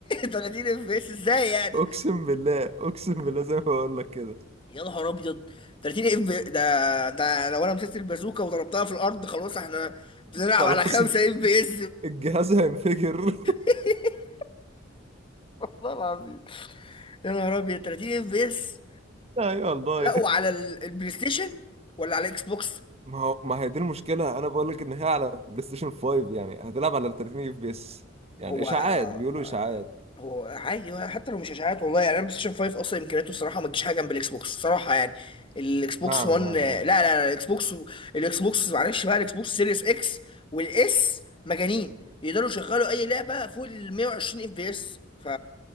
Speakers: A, on the left (about 25°); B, on the right (about 30°).
A: 30 اف بي اس <laughs> ازاي يعني
B: اقسم بالله اقسم بالله زي ما بقول لك كده
A: يا نهار ابيض 30 اف بي ده ده لو انا مسكت البازوكه وضربتها في الارض خلاص احنا بنلعب
B: خلاص
A: على 5 اف بي اس
B: الجهاز هينفجر <laughs>
A: <laughs> والله العظيم يا نهار ابيض 30 اف بي اس
B: ايوه والله
A: لا وعلى ال- البلاي ستيشن ولا على الاكس بوكس
B: ما هو ما هي دي المشكله انا بقول لك ان هي على بلاي ستيشن 5 يعني هتلعب على 30 اف بي اس يعني
A: هو
B: اشاعات
A: آه
B: بيقولوا
A: آه
B: اشاعات
A: هو عادي هو حتى لو مش اشاعات والله يعني انا بلاي ستيشن 5 اصلا امكانياته الصراحه ما تجيش حاجه جنب الاكس بوكس الصراحه يعني الاكس بوكس
B: نعم
A: 1
B: نعم
A: لا
B: نعم
A: لا لا الاكس بوكس و- الاكس بوكس معلش بقى الاكس بوكس سيريس اكس والاس مجانين يقدروا يشغلوا اي لعبه فوق ال 120 اف بي اس ف